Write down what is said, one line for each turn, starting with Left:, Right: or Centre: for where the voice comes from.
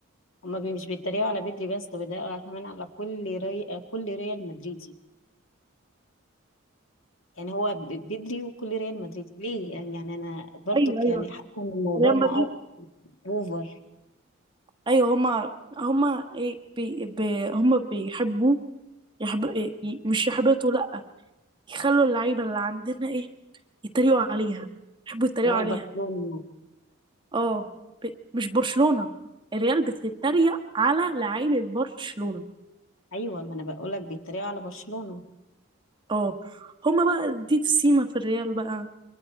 Left: هما بي- مش بيتريقوا على بدري بس ده بيتريقوا على كمان على كل ري... كل ريال مدريدي يعني هو ب- بدري وكل ريال مدريد ليه يعني يعني انا برضك
Right: ايوه ايوه
Left: يعني حاسه ان الموضوع
Right: ريال
Left: ما
Right: مدريد
Left: اوفر
Right: ايوه هما هما ايه بي... بي... هما بيحبوا يحب... إيه، ي- مش يحبطوا لا يخلوا اللعيبة اللي عندنا ايه يتريقوا عليها يحبوا يتريقوا
Left: اللي هو
Right: عليها
Left: البرشلونه
Right: اه ب... مش برشلونة الريال بتتريق على لعيبة برشلونة
Left: ايوه ما انا بقول لك بيتريقوا على برشلونه
Right: اه هما بقى دي السيمة في الريال بقى